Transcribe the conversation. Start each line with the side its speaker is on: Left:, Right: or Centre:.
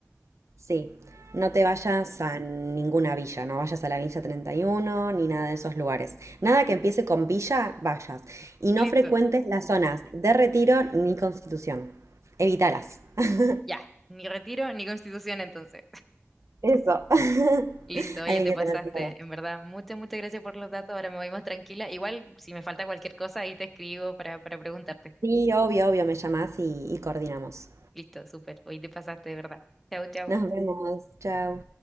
Right: Sí, no te vayas a ninguna villa, no vayas a la Villa 31 ni nada de esos lugares. Nada que empiece con villa, vayas. Y no
Centre: Listo.
Right: frecuentes las zonas de Retiro ni Constitución. Evítalas. <laughs>
Centre: Ya, ni retiro ni constitución entonces.
Right: Eso. <laughs>
Centre: Listo, oye,
Right: Hay
Centre: te
Right: que
Centre: pasaste,
Right: tener cuidado.
Centre: en verdad. Muchas, muchas gracias por los datos. Ahora me voy más tranquila. Igual, si me falta cualquier cosa, ahí te escribo para, para preguntarte.
Right: Sí, obvio, obvio, me llamás y y coordinamos.
Centre: Listo, súper. Hoy te pasaste, de verdad. Chau, chau.
Right: Nos vemos. Chao.